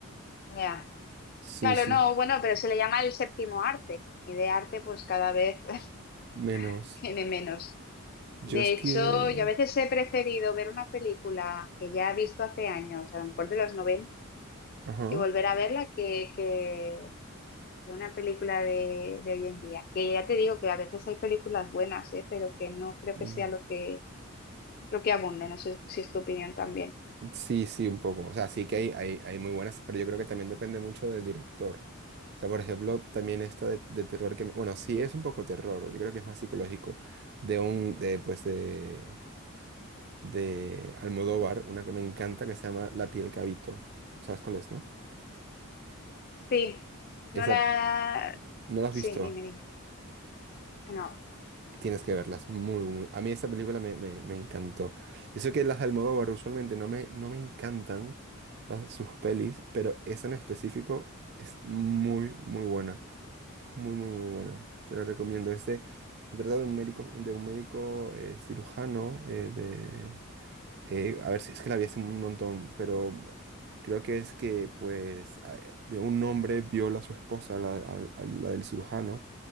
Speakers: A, on the left (about 45°); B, on the right (about 50°).
A: Ya.
B: Sí,
A: Claro,
B: sí,
A: no, bueno, pero se le llama el séptimo arte y de arte pues cada vez <laughs>
B: menos.
A: tiene menos.
B: Yo
A: De
B: es que.
A: hecho, yo a veces he preferido ver una película que ya he visto hace años, a lo mejor de los noventa
B: Ajá.
A: y volver a verla que, que, que una película de, de hoy en día. Que ya te digo que a veces hay películas buenas, ¿eh? pero que no creo
B: mm.
A: que sea lo que, lo que abunde. No sé si es tu opinión también.
B: Sí, sí, un poco. O sea, sí que hay, hay, hay muy buenas, pero yo creo que también depende mucho del director. O sea, por ejemplo, también esta de, de terror que, bueno, sí es un poco terror, yo creo que es más psicológico, de un, de, pues, de, de Almodóvar, una que me encanta que se llama La piel que habito. ¿Sabes cuál es, no?
A: Sí,
B: Esa,
A: no la...
B: ¿no la
A: Sí,
B: has visto?
A: dime, dime. No,
B: Tienes que verlas, muy, muy. A mí esta película me, me, me encantó. Yo sé que las de Almodóvar usualmente no me, no me encantan las- sus pelis, pero esta en específico es muy, muy buena. Muy, muy, muy buena. Te la recomiendo. Este se trata de un médico, de un médico eh, cirujano eh, eh, a ver, si es que la vi hace un montón, pero creo que es que, pues, a- vio un hombre viola a su esposa, la, a- a la del cirujano,